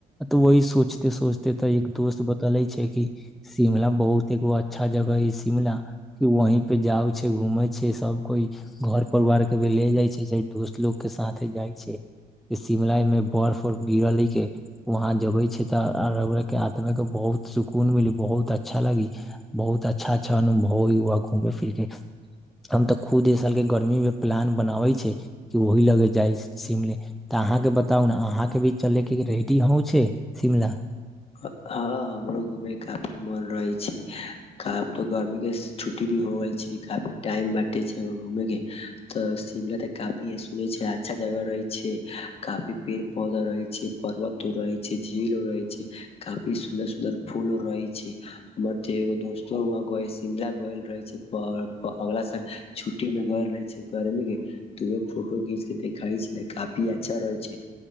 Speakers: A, in the centre; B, on the left.
A: तऽ वही सोचते सोचते तऽ एक दोस्त बतले छै कि शिमला बहुत एगो अच्छा जगह हे शिमला कि वही पे जाउ छै, घूमे छै सब कोइ, घर परिवार के भ ले जाइ छै। दोस्त लोग के साथे जाइ छै, शिमला में बर्फ उर्फ गिरल है के वहाँ जबे छै तऽ आत्मा के बहुत सुकून मिली बहुत अच्छा लागी, बहुत अच्छा-अच्छा अनुभव हो वाँ घूमे फिर के हम तऽ खुद ए साल के गर्मी मे प्लान बनाबे छै। कि ओही लग जाइ शिमले, तऽ अहाँके बताउ ने अहाँके भी चलेके रेडी ह छै शिमला
B: हँ, हमरो घूमे के काफी मन रहे छै, क तो गर्मी के छुट्टी भी हो गेल छै, काफी टाइम बटे छै घूमे के तऽ शिमला तऽ काफी सुने छै अच्छा जगह रहे छै, काफी पेड़ पौधा रहे छै, पर्वतो रहे छै, झीलो रहे छै। काफी सुदर सुंन्दर फूल रहे छै, हमर त एगो दोस्तो व शिमला गल रहे छै, अगला साल छुट्टी में गल रहे छै, गर्मी के फोटो घींच के देखई छै, काफी अच्छा रहे छै,